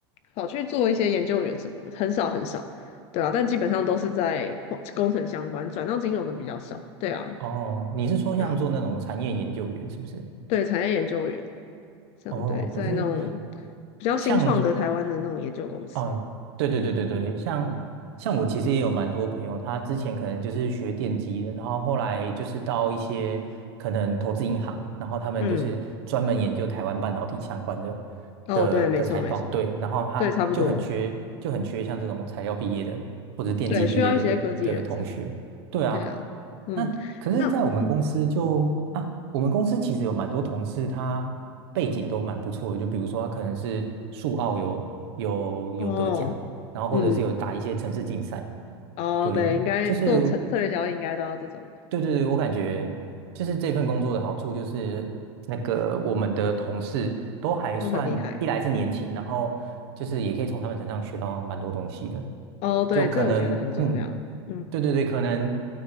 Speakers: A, on the left (about 50°); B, on the right (about 70°).
A: 跑去做一些研究员什么的，很少很少，对啊，但基本上都是在工程相关，转到金融的比较少，对啊，
B: 哦，你是说像做那种产业研究员是不是？
A: 对啊，对，产业研究员这样，
B: 哦，
A: 对，
B: 可是
A: 在那种比较新创的台湾的那种研究公司，
B: 像哦，对对对对对，
A: 对啊，
B: 像像我其实也有蛮多朋友，
A: 嗯
B: 他之前可能就是学电机的，然后后来就是到一些可能投资银行，然后他们就是专门研究台湾半导体相关的
A: 嗯，哦，
B: 的的财报，
A: 对，没错没错，
B: 对，然后他就很缺就很缺像这种材料毕业的或者电机毕业的的同学，
A: 对，差不多，对，需要一些科技人才。
B: 对啊，
A: 对啊，嗯，
B: 那可是，
A: 那嗯
B: 在我们公司就啊，我们公司其实有蛮多同事，他背景都蛮不错的。就比如说，他可能是数奥有有有得奖，
A: 哦，
B: 然后或者是有打一些城市竞赛。
A: 嗯哦，
B: 对，
A: 对，应该做策策略交易应该都要这种的，
B: 就是对对对，我感觉就是这份工作的好处就是那个我们的同事都还算，
A: 嗯，都很厉害。
B: 一来是年轻，然后就是也可以从他们身上学到蛮多东西的，
A: 哦，对，
B: 就可能嗯，
A: 这我觉得很重要。嗯
B: 对对对，可能